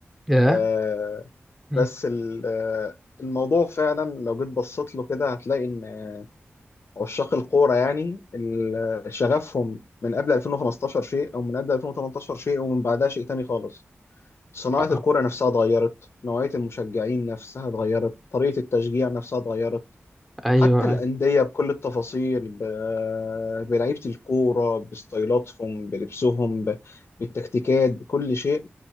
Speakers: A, in the centre; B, on the left (about 70°).
A: ياه
B: آه،
A: مم.
B: بس ال- آه، الموضوع فعلا لو جيت بصيت له كده هتلاقي ان عشاق الكوره يعني ال- شغفهم من قبل 2015 شيء او من قبل 2018 شيء ومن بعدها شيء تاني خالص صناعه
A: آه. آه.
B: الكوره نفسها اتغيرت نوعيه المشجعين نفسها اتغيرت طريقه التشجيع نفسها اتغيرت
A: ايوه
B: حتى الأندية
A: آه.
B: بكل التفاصيل ب- بلعيبة الكورة بستايلاتهم بلبسهم ب- بالتكتيكات بكل شيء